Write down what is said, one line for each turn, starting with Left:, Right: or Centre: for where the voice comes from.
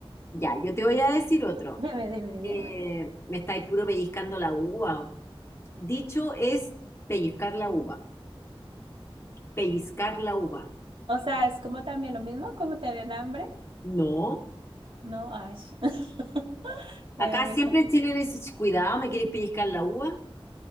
Left: Ya, yo te voy a decir otro.
Right: Dime, dime,
Left: Eh,
Right: dime.
Left: me estáis puro pellizcando la uva. Dicho es pellizcar la uva, pellizcar la uva.
Right: O sea, es como también lo mismo, como tener hambre.
Left: No.
Right: No, ay. <laughs> eh,
Left: Acá
Right: me
Left: siempre
Right: está...
Left: el chileno dice, "Ch, cuidado, ¿me quieres pellizcar la uva?